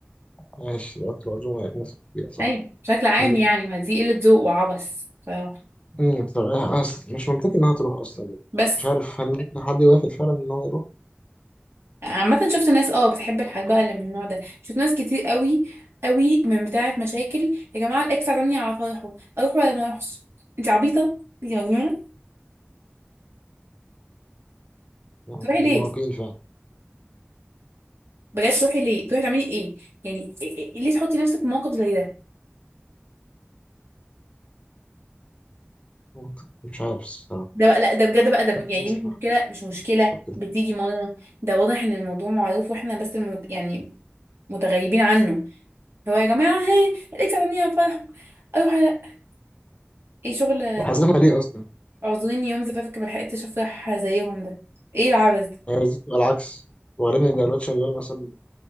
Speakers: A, on the left; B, on the right.
A: ماشي بلاط العزومة هيتمسك بيها صح
B: ايوه بشكل عام
A: عندك
B: يعني
A: حق
B: ما دي قله ذوق وعبث بصراحه
A: امم طب أنا أصل مش منطقي إنها تروح أصلا يعني
B: بس
A: مش عارف هل ممكن حد يوافق فعلا إن هو يروح
B: عامة شفت ناس اه بتحب الحاجات بقى اللي من النوع ده شفت ناس كتير قوي قوي من بتاعة مشاكل يا جماعة الإكس عزمني على فرحه أروح ولا ما أروحش أنت عبيطة أنت مجنونة
A: آه،
B: تروحي ليه
A: مواقين فعلا
B: بجد تروحي ليه تروحي تعملي إيه يعني إيه- إيه- إيه ليه تحطي نفسك في موقف زي ده
A: ممكن. مش عارف الصراحة
B: ده بقى لا ده بجد بقى ده
A: مش
B: ب-
A: عارف ازاي
B: يعني
A: الصراحة
B: دي مش مشكلة مش مشكلة
A: طب كده
B: بتيجي مرة ده واضح إن الموضوع معروف وإحنا بس المت... يعني متغيبين عنه هو يا جماعة ها الإكس عزمني على فرحه أروح على- إيه شغل
A: وحاسبها ليه أصلا
B: اعذريني يوم زفافك ملحقتش افرح زيهم ده ايه العبث ده
A: هي لازم تبقى العكس وبعدين يبقى الواد شغال مثلا